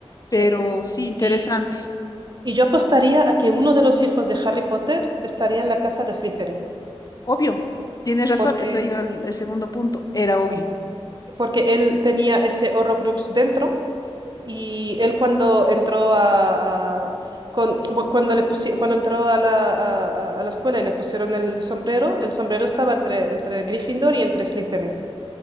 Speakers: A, on the left; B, on the right.
A: Pero
B: sí.
A: sí, interesante.
B: Y, y yo apostaría a que uno de los hijos de Harry Potter estaría en la casa de Slytherin,
A: Obvio, tienes razón,
B: porque,
A: eso iba al- el segundo punto, era obvio,
B: porque él tenía ese Horrocrux dentro. Y él cuando entró a, a- con- bu- cuando le pusi- cuando entró a la, a, a- a la escuela y le pusieron el sombrero, el sombrero estaba entre, entre Gryffindor y entre Slytherin.